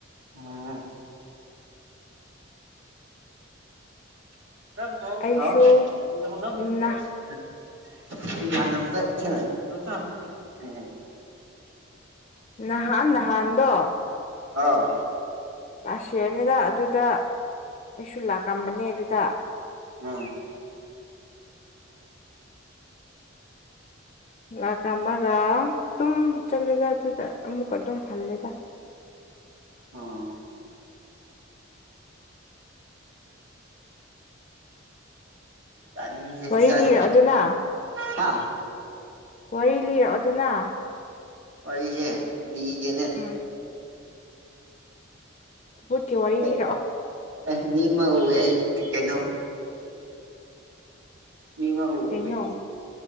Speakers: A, on the right; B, on the left.
A: ꯑꫭ꯫ <unintelligible>
B: ꯑꯩꯁꯨ ꯅꯍꯥꯟ
A: <unintelligible>
B: ꯅꯍꯥꯟ ꯅꯍꯥꯟꯗꯣ
A: ꯑꯥꯎ꯫
B: ꯂꯥꯁ ꯌꯦꯔꯅꯤꯗ ꯑꯗꯨꯗ ꯑꯩꯁꯨ ꯂꯥꯛꯔꯝꯕꯅꯦ ꯑꯗꯨꯗ꯫
A: ꯎꯝ꯫
B: ꯂꯥꯛ ꯔꯃꯔꯒ ꯑꯗꯨꯝ ꯆꯠꯂꯦꯗ ꯑꯗꯨꯗ ꯑꯃꯨꯛꯀ ꯑꯗꯨꯝ ꯍꯜꯂꯦꯗ꯫
A: ꯑꯣ꯫ ꯇꯥꯏꯃꯤꯡꯁꯦ
B: ꯋꯥꯔꯤ
A: ꯆꯥꯏ
B: ꯂꯤꯔꯛꯑꯣꯗꯅ
A: ꯍꯥ
B: ꯋꯥꯔꯤ ꯂꯤꯔꯛꯑꯣꯗꯅ꯫
A: ꯋꯥꯔꯤꯁꯦ ꯂꯤꯒꯦꯅꯦ꯫
B: ꯎꯝ꯫ ꯚꯨꯠꯀꯤ ꯋꯥꯔꯤ ꯂꯤꯔꯛꯑꯣ
A: ꯑꯦ ꯑꯦ ꯃꯤꯃ ꯎꯋꯦ ꯀ ꯀꯩꯅꯣ ꯃꯤꯃ ꯎꯋꯦ
B: ꯀꯩꯅꯣ